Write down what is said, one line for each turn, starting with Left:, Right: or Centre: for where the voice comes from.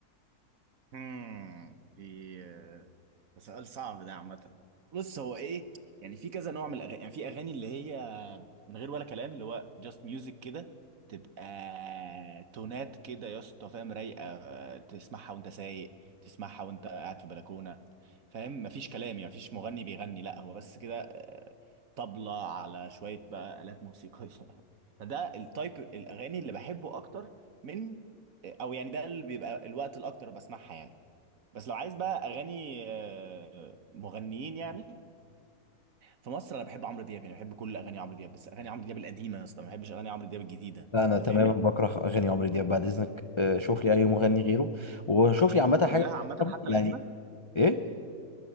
Right: امم دي آه، ده سؤال صعب ده عامة بص هو ايه يعني في كذا نوع من الاغاني يعني في اغاني اللي هي من غير ولا كلام اللي هو just music كده تبقى تونات كده يا اسطى فاهم رايقه آه، تسمعها وانت سايق تسمعها وانت قاعد في بلكونه فاهم مفيش كلام يعني مفيش مغني بيغني لا هو بس كده آه، طبلة على شويه بقى آلات موسيقيه <laughs> فده التايب الاغاني اللي بحبه اكتر من او يعني ده اللي بيبقى الوقت الاكتر بسمعها يعني بس لو عايز بقى اغاني آه، مغنيين يعني في مصر انا بحب عمرو دياب يعني بحب كل اغاني عمرو دياب بس اغاني عمرو دياب القديمه يا اسطى ما بحبش اغاني عمرو دياب الجديده
Left: لا انا
Right: انت
Left: تماما
Right: فاهمني
Left: بكره اغاني عمرو دياب بعد اذنك آه، شوف لي اي مغني غيره وشوف لي عامه
Right: كلها
Left: حاجه
Right: عامه حتى
Left: يعني
Right: القديمه
Left: ايه